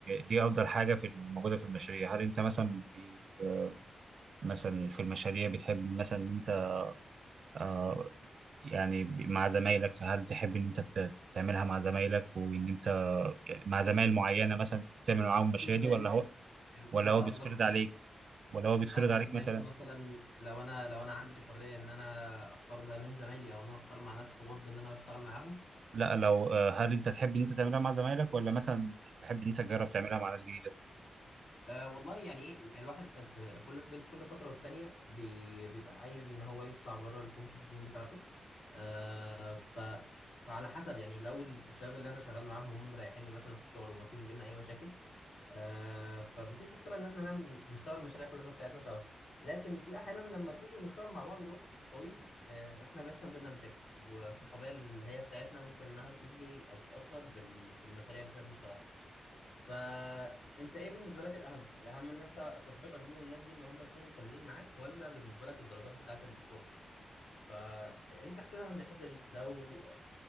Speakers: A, on the right; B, on the left.
A: دي افضل حاجه في موجوده في المشاريع هل انت مثلا بي- مثلا في المشاريع بتحب مثلا ان انت آه يعني ب- مع زمايلك هل تحب ان انت ت- تعملها مع زمايلك وان انت يعني مع زمايل معينه مثلا تعمل معاهم المشاريع
B: أمم،
A: دي
B: يعني
A: ولا
B: انت
A: هو
B: يعني
A: ولا
B: انت
A: هو
B: قصدك
A: بيتفرض عليك ولا هو بيتفرض
B: قصدك
A: عليك
B: ان
A: مثلا
B: انت مثلا لو انا لو انا عندي الحريه ان انا اختار ما بين زمايلي او ان انا اختار مع ناس غرب ان انا اشتغل معاهم
A: لا لو آه، هل انت تحب ان انت تعملها مع زمايلك ولا مثلا تحب ان انت تجرب تعملها مع ناس جديده
B: آه والله يعني ايه الواحد في كل بين كل فتره والتانيه بي بيبقى عايز ان هو يطلع بره الكومفورت زون بتاعته آه ف فعلى حسب يعني لو الشباب اللي انا شغال معاهم هم مريحيني مثلا في الشغل وما فيش بينا اي مشاكل آه فمفيش مشكله ان احنا نعمل نشتغل مشاريع كلنا بتاعتنا سوا لكن في احيانا لما بنيجي ونشتغل مع بعض الوقت طويل آه احنا بيحصل بينا مشاكل والصحوبيه اللي هي بتاعتنا ممكن انها تيجي او تتاثر بال... بالمشاريع اللي احنا بنشتغلها فانت ايه بالنسبه لك الاهم الاهم ان انت صحبتك دي والناس دي ان هم يكونوا مكملين معاك ولا بالنسبه لك الدرجات بتاعه المشروع فانت احسبها من الحسبه دي لو